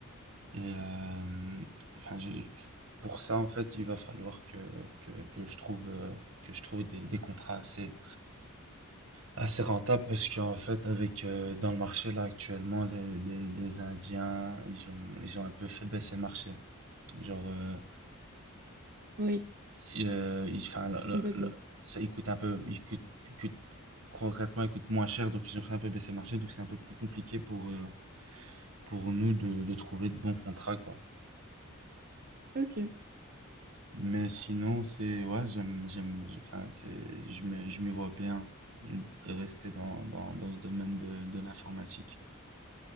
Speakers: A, on the right; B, on the right.
A: Et euh, enfin, j'ai- pour ça, en fait, il va falloir que, que, que je trouve, euh, que je trouve des, des contrats assez, Assez rentable parce qu'en fait, avec euh, dans le marché là actuellement, les, les, les Indiens, ils ont, ils ont un peu fait baisser le marché. Genre, euh,
B: Oui,
A: ils, euh, ils- 'fin, le- le-
B: complètement.
A: le- ça, il coûte un peu, il coûte, il coûte concrètement, il coûte moins cher, donc ils ont fait un peu baisser le marché, donc c'est un peu plus compliqué pour, euh, pour nous de, de trouver de bons contrats, quoi.
B: Ok,
A: Mais sinon, c'est, ouais, j'aime, j'aime, enfin, c'est, je me je m'y vois bien euh, rester dans, dans, dans ce domaine de, de l'informatique,